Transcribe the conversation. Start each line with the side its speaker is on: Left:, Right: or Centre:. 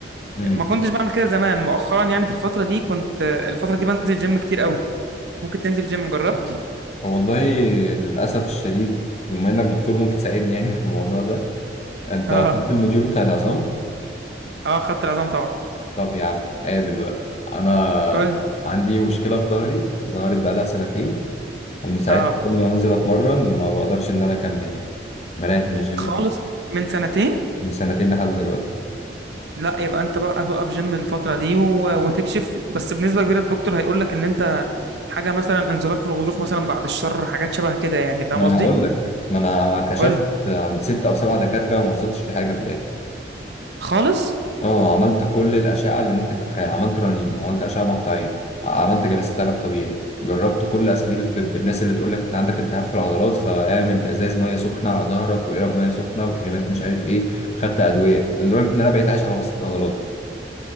Left: معاه
Right: ما كنتش بعمل كده زمان مؤخرا يعني في الفتره دي كنت الفتره دي بنزل جيم كتير قوي ممكن تنزل جيم جربت
Left: والله للأسف الشديد بما إنك دكتور ممكن تساعدني يعني <laughs> في الموضوع ده أنت
Right: اه
Left: خدت الموديول بتاع العظام
Right: اه خدت العظام طبعا
Left: طب يا عم قابل بقى أنا
Right: قول لي
Left: عندي مشكلة في ظهري ظهرت بقالها سنتين ومن ساعتها
Right: اه
Left: كل ما بنزل أتمرن ما بقدرش إن أنا أكمل يعني بريح من الجيم
Right: خالص
Left: دي
Right: من سنتين
Left: من سنتين لحد دلوقتي
Right: لا يبقى انت بقى توقف جيم الفتره دي و... وتكشف بس بنسبه كبيره الدكتور هيقول لك ان انت حاجه مثلا انزلاق في الغضروف مثلا بعد الشر حاجات شبه كده يعني فاهم
Left: ما
Right: قصدي
Left: أنا هقول لك ما أنا كشفت
Right: قول لي
Left: عند ست أو سبعة دكاترة وما وصلتش لحاجة في الآخر
Right: خالص
Left: اه عملت كل الأشعة اللي ممكن تتخيل عملت رنين عملت أشعة مقطعية عملت جلسات علاج طبيعي جربت كل أساليب الطب الناس اللي تقول لك أنت عندك التهاب في العضلات فاعمل إزاز مية سخنة على ظهرك وإقرب مية سخنة وكريمات مش عارف إيه خدت أدوية لدرجة إن أنا بقيت عايش على بسط العضلات